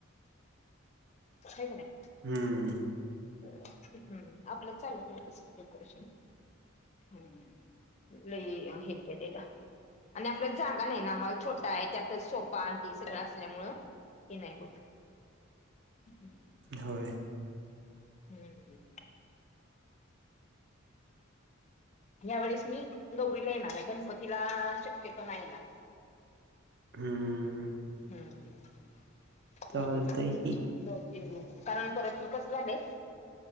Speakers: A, on the left (about 35°); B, on the right (about 55°).
A: हाय की नाही.
B: हम्म.
A: बरं हम्म आपल्यात चालत नाही तसलं डेकोरेशन. हम्म लई हे केलेलं. आणि आपल्यात जागा नाही ना हॉल छोटा आहे. त्यातच सोफा आणि ते सगळं असल्यामुळं. हे नाही होत हम्म.
B: होय.
A: हम्म. यावेेळेस मी गौरीला येणार आहे. गणपतीला शक्यतो नाही येणार.
B: हम्म.
A: हम्म ला
B: चालतंय
A: गौरीलाच
B: की.
A: दोन तीन दिवस कारण परतन कसं झालंय